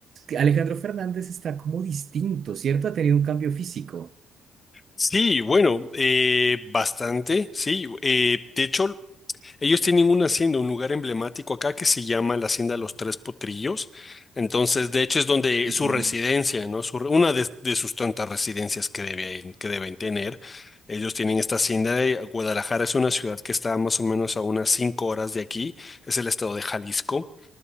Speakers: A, on the right (about 60°); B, on the left (about 30°).
A: Alejandro Fernández está como distinto, ¿cierto? Ha tenido un cambio físico.
B: Sí, bueno, eh, bastante, sí. Eh, de hecho, ellos tienen una hacienda, un lugar emblemático acá que se llama la Hacienda Los Tres Potrillos. Entonces, de hecho, es donde
A: Ujú,
B: es su residencia, ¿no? Su re- una de, de sus tantas residencias que deben, que deben tener. Ellos tienen esta hacienda de Guadalajara, es una ciudad que está más o menos a unas cinco horas de aquí, es el estado de Jalisco.